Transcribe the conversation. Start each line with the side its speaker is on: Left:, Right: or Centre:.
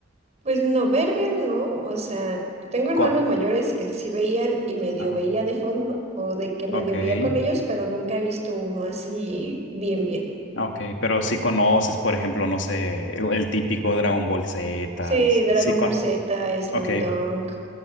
Right: Pues no, ver, ver, no. O sea, tengo hermanos
Left: Co-
Right: mayores que sí veían y medio
Left: Ajá,
Right: veía de fondo o de que medio
Left: ok,
Right: veía con ellos, pero nunca he visto uno así bien, bien.
Left: ok, pero si conoces, por ejemplo, no sé, e, el típico Dragon Ball Z,
Right: Sí, Dragon
Left: sí conoces,
Right: Ball Z, Slam
Left: ok,
Right: Dunk,